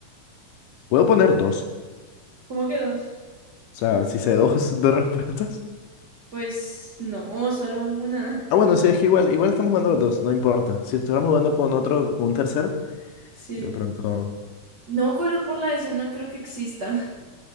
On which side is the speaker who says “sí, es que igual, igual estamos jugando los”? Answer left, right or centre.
Left